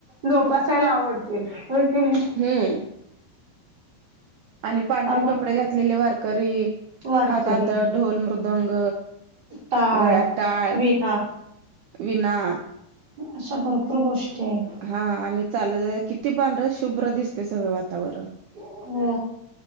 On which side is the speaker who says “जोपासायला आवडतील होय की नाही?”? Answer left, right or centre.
Right